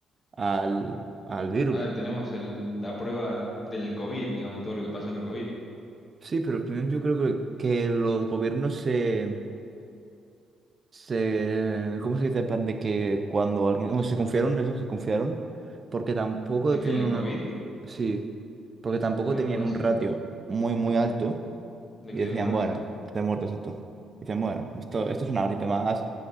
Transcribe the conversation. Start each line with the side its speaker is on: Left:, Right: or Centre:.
Right: al, al virus.
Left: A ver, tenemos el- la prueba del COVID, digamos, todo lo que pasó en el COVID.
Right: Sí, pero al final yo creo que, que los gobiernos se se, ¿cómo se dice? En plan de que cuando alguien, bueno, se confiaron, eso, se confiaron, porque tampoco
Left: Es que
Right: tenían
Left: en el
Right: un,
Left: COVID
Right: sí, porque
Left: Se
Right: tampoco
Left: confía,
Right: tenían
Left: no puede
Right: un
Left: ser.
Right: ratio muy, muy alto
Left: De
Right: y
Left: que
Right: decían,
Left: de muerte.
Right: bueno, está muerto esto. Dicen, bueno, esto, esto es una gripe más.